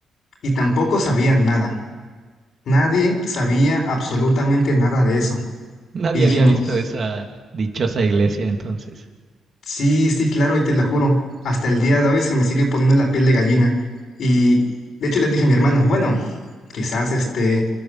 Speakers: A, on the left; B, on the right.
A: y tampoco sabían nada. Nadie sabía absolutamente nada de eso.
B: Nadie
A: Y dijimos,
B: había visto esa dichosa iglesia entonces.
A: sí, sí, claro, y te la juro, hasta el día de hoy se me sigue poniendo la piel de gallina. Y de hecho le dije a mi hermano, bueno. quizás este,